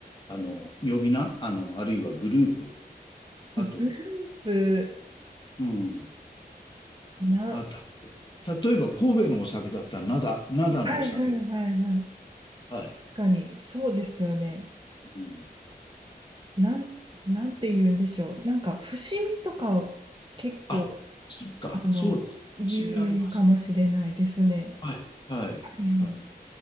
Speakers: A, on the left; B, on the right.
A: あの、呼び名あの、あるいはグループあと、
B: ブえ、
A: うん。
B: な、
A: あ、た、例えば神戸のお酒だったら、灘、灘のお酒。
B: はいはいはいはい。
A: はい。
B: 確かに、そうですよね。
A: うん
B: なん、なんて言うんでしょう。なんか、伏見とか、結構、
A: あ、そっか、
B: あの、
A: そうです。
B: 有名かもしれないですね。
A: 趣味あります。はい、はい、
B: いや
A: はい。